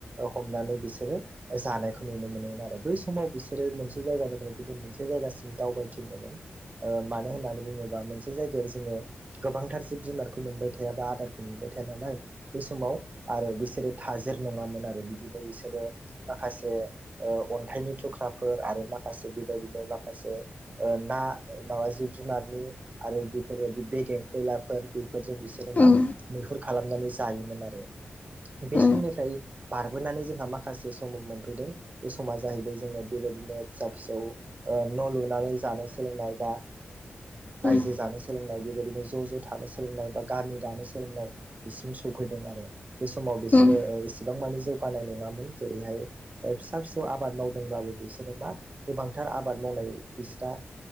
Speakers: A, on the right; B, on the left.
A: हमनानै बिसोरो जानायखौ नुनो मोनोमोन आरो बै समाव समाव बिसोरो मोनसे जायगानिफ्राय गुबुन मोनसे जायगासिम दावबायथिङोमोन ओ मानो होननानै बुङोबा मोनसे जायगायाव जोङो गोबां गोबांथार जिब जुनारखौ मोनबाय थाया बा आदारखौ मोनबाय थाया नालाय बै समाव आरो बिसोरो थाजिर नङामोन आरो बिदिनो बिसोरो माखासे अन्थाइनि थुख्राफोर आरो मा खासे बायदिनो माखासे ओ ना मा जिब जुनारनि आरो बेफोरबाय बेगें बेलाफोर बेफोरजों बिसोरो
B: उम
A: मा
B: उम
A: मैहुर खालामनानै जायोमोन आरो बे
B: उम
A: समनिफ्राय बारबोनानै जोंहा माखासे सम मोनफैदों बे सम समा जाहैबाय जोङो बेबायदिनो फिसा फिसौ ओ न' लुनानै जानो सोलोंनाय बा रायजो
B: उम
A: जानो सोलोंनाय बेबायदिनो ज' ज' थानो सोलोंनाय बा गामि दानो सोलोंनाय बिस सफैदों आरो बे समाव बिसोरो
B: उम
A: एसेबां मानि जौगानाय नङामोन जेरैहाय फिसा फिसौ आबाद मावदोंबाबो बिसोरो मा गोबांथार आबाद माव मावनाय बिस्रा